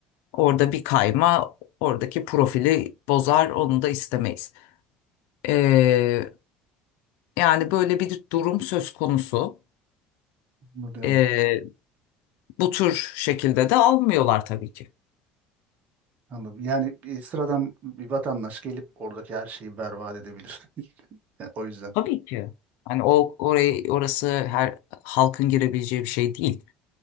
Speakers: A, on the left; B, on the right.
A: Orada bir kayma oradaki profili bozar, onu da istemeyiz. E, yani böyle bir durum söz konusu.
B: Anladım.
A: E, bu tür şekilde de almıyorlar tabii ki.
B: Anladım. Yani bir sıradan bir vatandaş gelip oradaki her şeyi berbat edebilir. <laughs> Yani o yüzden.
A: Tabii ki. Hani o orayı orası her halkın girebileceği bir şey değil.